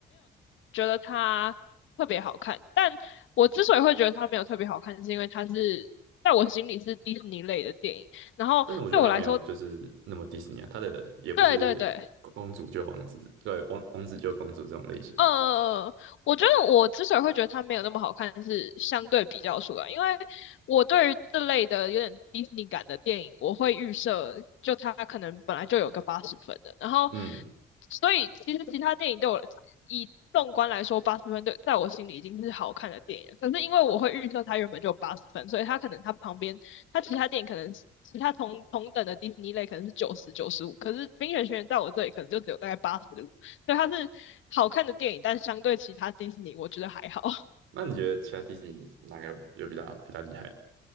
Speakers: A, on the left; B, on the right.
A: 觉得它特别好看。但我之所以会觉得它没有特别好看，是因为它是在我心里是迪士尼类的电影。然后对我来说，
B: 但是我觉得他没有就是那么迪士尼啊，他的也不是公主救王子，
A: 对对对，
B: 对，王王子救公主这种类型的。
A: 呃，嗯嗯我觉得我之所以会觉得它没有那么好看，是相对比较出来，因为我对于这类的有点迪士尼感的电影，我会预设就它可能本来就有个八十分的，然后
B: 嗯，
A: 所以其实其他电影对我以纵观来说，八十分对在我心里已经是好看的电影了。可是因为我会预设它原本就有八十分，所以它可能它旁边它其他电影可能是其他同同等的迪士尼类可能是九十九十五，95可是《冰雪奇缘》在我这里可能就只有大概八十对，它是好看的电影，但是相对其他迪士尼，我觉得还好。<laughs>
B: 那你觉得其他迪士尼哪个有比较比较厉害？